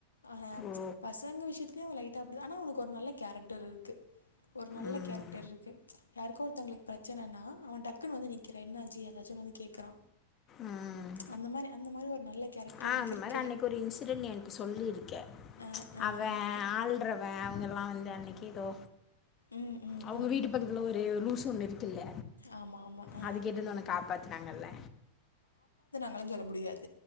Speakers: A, on the left (about 80°); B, on the left (about 30°).
A: அ
B: ஓ
A: பசங்க விஷயத்து லயு லைட்டா அப்டிதா ஆனா அவனுக்கு ஒரு நல்ல கேரக்டர் இருக்கு ஒரு நல்ல
B: ம்
A: கேரக்டர்ருக்கு யாருக்கோ ஒருத்தங்களுக்கு பிரச்சனன்னா அவே டக்குன்னு வந்து நிக்கிறே என்னாச்சு ஏதாச்சுன்னு வந்து கேக்குறா
B: ம்
A: அந்த மாரி அந்த மாரி ஒரு நல்ல கேரக்டர்
B: ஆ
A: அவனுக்கு
B: அந்த
A: இருக்கு
B: மாரி அன்னைக்கி ஒரு இன்சிடென்ட் எனக்கு சொல்லியிருக்கே
A: அஹ் அஹ்
B: அவே
A: ஆமா
B: ஆள்றவே அவுங்க லா வந்தே அன்னைக்கி ஏதோ
A: ம் ம்
B: அவுங்க
A: ம்
B: வீட்டு பக்கத்துல ஒரு லூச ஒண்ணு இருக் துல்ல
A: ஆமா ஆமா அஹ்
B: அது கேட்டுலந்து உன்ன காப்பாத்துனாங்கல்ல
A: கலத்து அல்ல முடியாது